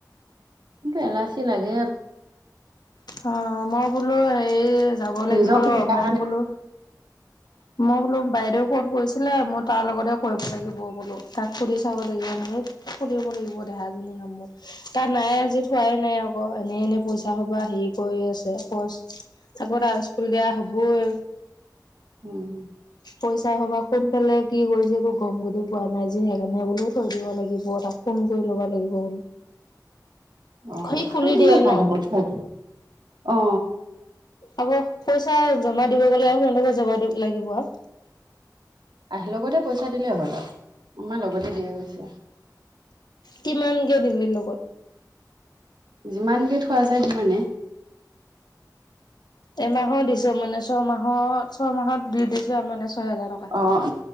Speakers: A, on the right; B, on the left.
A: কিন্তু এলাচি লাগে।
B: অ মই বোলো হেৰি যাব লাগিব
A: নিজৰ
B: ৰ
A: সুবিধাৰ
B: মই
A: কাৰণে
B: বোলো মই বোলো বাইদেউ ক'ত কৰিছিলে মই তাৰ লগতে কৰিব লাগিব বোলো তাক সুধি চাব লাগিব মোক খুলিব লাগিব দেহাজনীৰ নামত তাত নাই আজি থোৱাই নাই আকৌ এনেই এনে পইচা সোপা হেৰি কৰি আছে খৰচ তাকো এতিয়া স্কুল দিয়া হ'বই।
A: উম।
B: পইচা সোপা কোন ফালে কি কৰিছে একো গম গতি পোৱা নাই যেনে তেনে বোলো থৈ দিব লাগিব তাক ফোন কৰি ল'ব লাগিব বোলো
A: অ
B: সি
A: থৈ
B: খুলি
A: দিলে
B: দিয়ে
A: ভাল
B: ন
A: হ'ব থৈ দি অ
B: আকৌ পইচা জমা দিব গ'লে আকৌ কেনেকে জমা দিব লাগিব আৰু
A: আহি ল'ব দে পইচা দিলেই হ'ল আৰু আমাৰ লগতে দিয়া গৈছে।
B: কিমানকে দিলি লগত?
A: যিমানকে থোৱা যায় সিমানে।
B: এমাহৰ দিছো মানে ছমাহত ছমাহত দি দিছো মানে ছয় হেজাৰ টকা।
A: অঁ